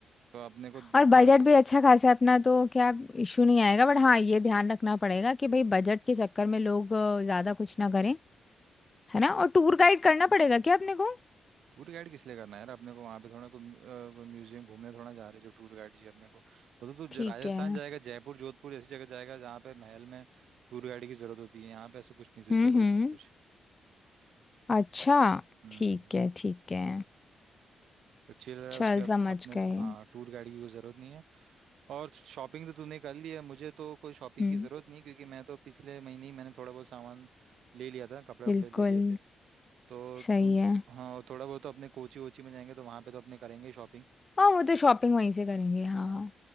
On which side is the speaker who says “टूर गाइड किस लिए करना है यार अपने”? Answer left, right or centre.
Right